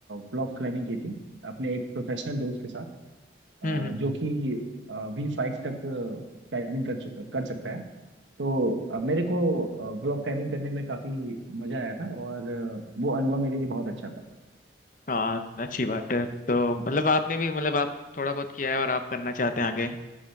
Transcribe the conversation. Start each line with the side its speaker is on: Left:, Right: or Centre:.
Right: ब्लॉक क्लाइंबिंग की थी अपने एक प्रोफेशनल दोस्त के साथ अ,
Left: हम्म हम्म
Right: जो कि वी फाइव तक क्लाइंबिंग कर चु- कर सकता है तो अ, मेरे को व्लॉग टाइमिंग करने में काफी मजा आया था और अ, वो अनुभव मेरे लिए बहुत अच्छा था
Left: हाँ अच्छी बात है तो मतलब आपने भी मतलब आप थोड़ा बहुत किया है और आप करना चाहते हैं आगे